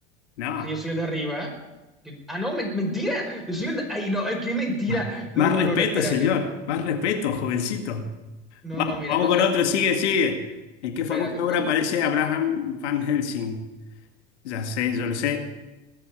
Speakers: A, on the left; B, in the centre.
A: No.
B: Sí, yo soy el de arriba. ¿eh? Yo- Ah, no, men- mentira. Yo soy el de... Ay, no, ay, qué mentira.
A: <laughs>
B: No,
A: Más
B: no,
A: respeto,
B: no, no, espérate.
A: señor. Más respeto, jovencito.
B: No,
A: Vamos,
B: no, mira,
A: vamos
B: entonces,
A: con otro. Sigue, sigue. ¿En qué
B: espérate,
A: famosa
B: espérate.
A: obra aparece Abraham Van Helsing? Ya sé, yo lo sé.